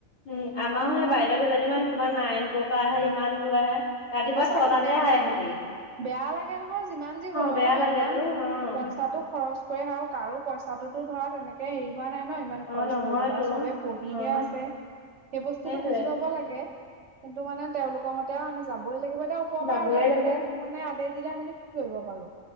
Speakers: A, on the left (about 75°); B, on the right (about 60°).
A: উম আমাৰো
B: ইমান
A: সেই বাইদেউ কেইজনীমান তোমাৰ নাৰায়ণপুৰৰ পৰা আহে
B: উম
A: ইমান দূৰ আহে ৰাতিপুৱা
B: সঁচাকে
A: ছটাত
B: বেয়া
A: তে সাই এহেতি
B: বেয়া লাগে নহয় যিমান যি হলো
A: বেয়া
B: ন
A: লাগেতো
B: ইমান
A: অ',
B: পইচাটো খৰচ কৰি আহ কাৰো পইচাটোতো ধৰা তেনেকে হেৰি হোৱা নাই ন ইমান
A: অ',
B: খৰচ
A: নহয়তো।
B: কৰিবলে আও চবে পঢ়িহে
A: অ',
B: আছে। সেই বস্তুটো
A: সেইটোৱে
B: বুজি পাব লাগে কিন্তু মানে তেওঁওলোকৰ মত এতিয়াও আমি যাবই লাগিব এতিয়া ওপৰ
A: যাবই
B: পৰা অৰ্ডাৰ
A: লাগে
B: মানে আদেশ দিলে আমো কি কৰিব পাৰো।